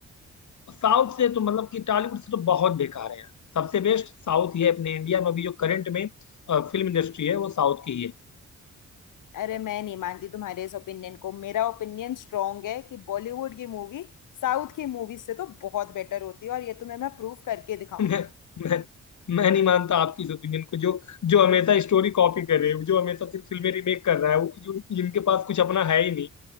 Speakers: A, on the left (about 70°); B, on the left (about 85°).
A: साउथ से तो मतलब कि टॉलीवुड से तो बहुत बेकार है यार सबसे बेस्ट साउथ ही है अपने इंडिया में अभी जो करंट में अ, फिल्म इंडस्ट्री है वो साउथ की ही है
B: अरे मैं नहीं मानती तुम्हारे इस ओपिनियन को मेरा ओपिनियन स्ट्रांग है कि बॉलीवुड की मूवी साउथ की मूवी से तो बहुत बेटर होती है और ये तुम्हें मैं प्रूव करके दिखाऊंगी
A: <laughs> मैं, मैं, मैं नहीं मानता आपकी इस ओपिनियन को जो जो हमेशा स्टोरी कॉपी कर रहे हो जो हमेशा सिर्फ फिल्में रिमेक कर रहा है वो जो जिनके पास कुछ अपना है ही नहीं